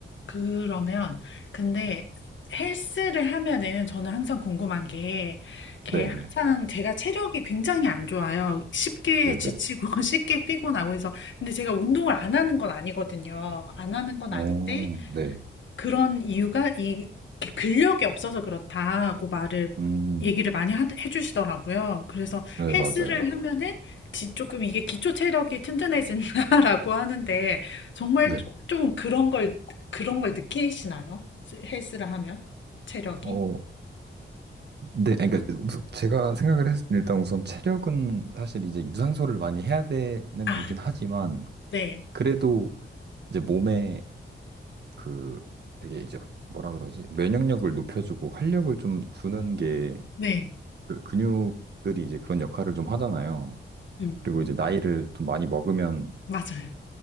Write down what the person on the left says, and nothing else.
그러면 근데 헬스를 하면은 저는 항상 궁금한 게, 이게
항상 제가 체력이 굉장히 안 좋아요. 쉽게
지치고 <laughs> 쉽게 피곤하고 해서 근데 제가 운동을 안 하는 건 아니거든요. 안 하는 건
아닌데
그런 이유가 이 근력이 없어서 그렇다고 말을
얘기를 많이 하- 해주시더라고요. 그래서
헬스를
하면은 지- 조금 이게 기초 체력이 튼튼해진다라고 <laughs> 하는데 정말
좀 그런 걸 그런 걸 느끼시나요? 스- 헬스를 하면 체력이?
아,
네.
네.
음,
맞아요.